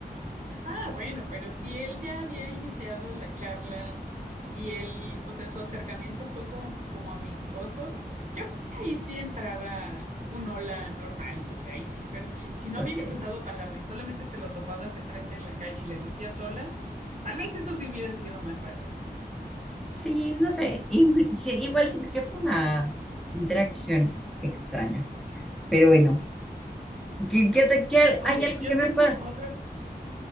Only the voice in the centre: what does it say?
Ok.
Sí, no sé. inclu- sí, Igual siento que fue una interacción extraña. Pero bueno, ¿qué, qué otra- qué al-
hay algo
que me
puedas?